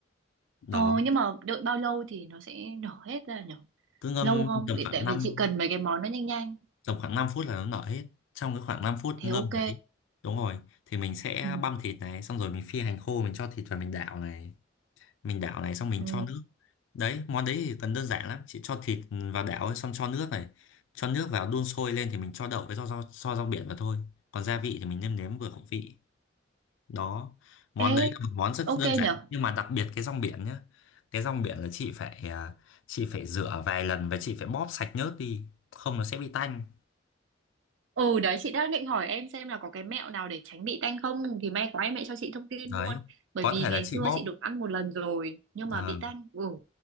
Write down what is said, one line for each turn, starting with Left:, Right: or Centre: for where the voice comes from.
Left: đó
Right: Ờ, nhưng mà đợi bao lâu thì nó sẽ nở hết ra nhở?
Left: cứ ngâm
Right: Lâu không?
Left: tầm
Right: Để,
Left: khoảng
Right: tại
Left: năm
Right: vì chị cần mấy cái món nó nhanh nhanh.
Left: tầm khoảng 5 phút là nó nở hết trong cái khoảng 5 phút
Right: Thế
Left: ngâm
Right: ok.
Left: đấy đúng rồi thì mình sẽ
Right: Ừ,
Left: băm thịt này xong rồi mình phi hành khô mình cho thịt vào mình đảo này mình đảo này xong mình
Right: ừ.
Left: cho nước đấy món đấy thì cần đơn giản lắm chị cho thịt vào đảo ấy, xong cho nước này cho nước vào đun sôi lên thì mình cho đậu với rau rau, rau, rau biển vào thôi còn gia vị thì mình nêm nếm vừa khẩu vị đó món
Right: Ê,
Left: đấy là một món rất
Right: ok
Left: đơn giản
Right: nhở?
Left: nhưng mà đặc biệt cái rong biển nhá cái rong biển là chị phải à, chị phải rửa vài lần và chị phải bóp sạch nhớt đi không nó sẽ bị tanh
Right: Ừ, đấy chị đang định hỏi em xem là có cái mẹo nào để tránh bị tanh không? Thì may quá em lại cho chị thông tin
Left: đấy
Right: luôn. Bởi
Left: có
Right: vì
Left: thể là
Right: ngày
Left: chị
Right: xưa
Left: bóp
Right: chị được ăn một lần rồi, nhưng
Left: Ờ,
Right: mà bị tanh. Ừ,